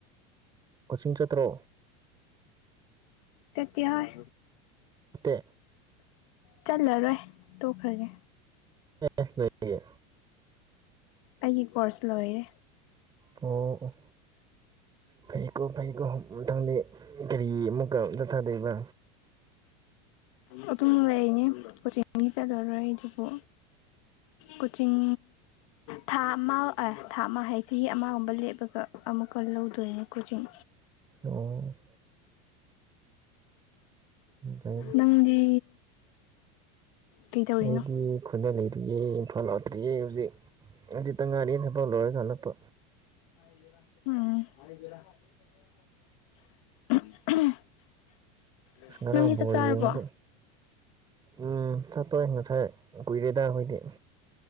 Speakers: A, on the right; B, on the left.
A: ꯀꯣꯆꯤꯡ ꯆꯠꯇ꯭ꯔꯣ
B: ꯆꯠꯇꯦꯍꯥꯏ
A: ꯇꯦ
B: ꯆꯠꯂꯔꯣꯏ ꯇꯣꯛꯈ꯭ꯔꯒꯦ
A: ꯑꯦ ꯀꯔꯤꯒꯤ
B: ꯑꯩꯒꯤ ꯀꯣꯔꯁ ꯂꯣꯏꯔꯦ
A: ꯑꯣ ꯐꯩ ꯀꯣ ꯐꯩꯀꯣ ꯃꯊꯪꯗꯤ ꯀꯔꯤ ꯑꯃꯨꯛꯀ ꯆꯠꯊꯗꯣꯏꯕ
B: ꯑꯗꯨꯝ ꯂꯩꯅꯤ ꯀꯣꯆꯤꯡꯗꯤ ꯆꯠꯂꯔꯣꯏ ꯑꯗꯨꯕꯨ ꯀꯣꯆꯤꯡ ꯊꯥ ꯑꯃ ꯊꯥ ꯑꯃ ꯍꯥꯏ ꯆꯍꯤ ꯑꯃꯒꯨꯝꯕ ꯂꯦꯞꯄꯒ ꯑꯃꯨꯛꯀ ꯂꯧꯗꯣꯏꯅꯦ ꯀꯣꯆꯤꯡ
A: ꯑꯣ ꯐꯩꯗ
B: ꯅꯪꯗꯤ ꯀꯩꯗꯧꯔꯤꯅꯣ
A: ꯑꯩꯗꯤ ꯑꯗ ꯂꯩꯇ꯭ꯔꯤꯌꯦ ꯏꯝꯐꯥꯜ ꯂꯥꯛꯇ꯭ꯔꯤꯌꯦ ꯍꯧꯖꯤꯛ ꯍꯧꯖꯤꯛ ꯇꯪ ꯉꯥꯏꯔꯤ ꯊꯕꯛ ꯂꯣꯏꯔꯒ ꯍꯂꯛꯄ
B: ꯎꯝ <unintelligible>
A: ꯑꯁ ꯉꯔꯥꯡꯕ
B: ꯅꯪꯗꯤ ꯆꯥꯛ
A: ꯕꯣꯜ
B: ꯆꯥꯔꯕꯣ
A: ꯌꯦꯡꯕꯗꯣ ꯎꯝ ꯆꯠ ꯇꯣꯏ ꯉꯁꯥꯏ ꯀꯨꯏꯔꯦꯗ ꯑꯩꯈꯣꯏꯗꯤ